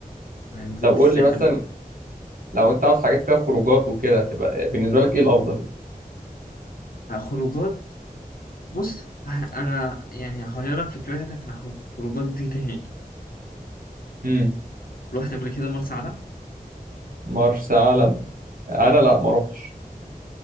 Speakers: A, on the left; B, on the right.
A: أنا نزلت
B: طب قول
A: الساحل
B: لي مثلا
A: و-
B: لو انت عاوز حاجات فيها خروجات وكده تبقى بالنسبه لك ايه الافضل
A: آه، خروجات بص آه، أنا يعني هغيرك فكرتك عن الخروجات دي نهائي
B: امم
A: رحت قبل كده مرسى علم
B: مرسى علم انا لا ما روحتش